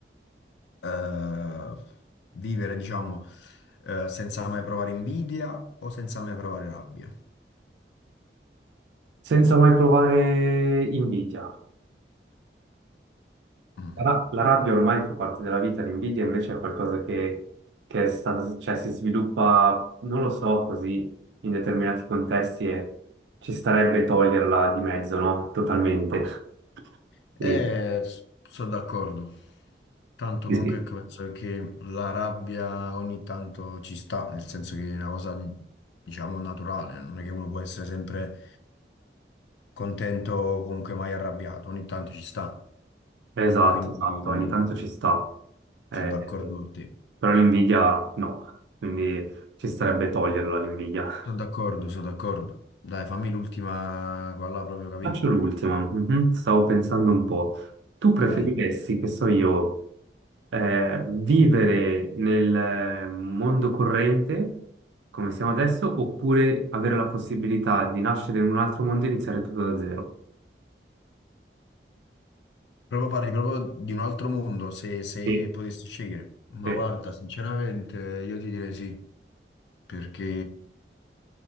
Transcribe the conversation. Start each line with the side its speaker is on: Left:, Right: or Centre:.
Left: eh, vivere, diciamo, eh, senza mai provare invidia o senza mai provare rabbia?
Right: Senza mai provare invidia.
Left: Mm.
Right: La, ra- la rabbia ormai fa parte della vita, l'invidia invece è qualcosa che, che è stata, cioè, si sviluppa, non lo so, così in determinati contesti e ci starebbe toglierla di mezzo, no? Totalmente. <laughs>
Left: Eh,
Right: Sì,
Left: sono d'accordo. Tanto
Right: sì,
Left: comunque
Right: sì.
Left: ecco, penso che la rabbia ogni tanto ci sta, nel senso che è una cosa, diciamo, naturale, non è che uno può essere sempre contento o comunque mai arrabbiato, ogni tanto ci sta.
Right: Esatto,
Left: Quindi
Right: esatto, ogni tanto ci sta,
Left: sono
Right: Eh,
Left: d'accordo con te.
Right: però l'invidia no, quindi ci starebbe toglierla l'invidia.
Left: Sono d'accordo, sono d'accordo. Dai, fammi l'ultima qua là proprio capì.
Right: Faccio l'ultima, mhm, Stavo pensando un po'. Tu preferiresti,
Left: Dai.
Right: che so io, eh, vivere nel eh, mondo corrente, come siamo adesso, oppure avere la possibilità di nascere in un altro mondo e iniziare tutto da zero?
Left: Proprio parli proprio di un altro mondo, se, se
Right: Sì,
Left: potessi scegliere. Ma
Right: sì.
Left: guarda, sinceramente io ti direi sì, perché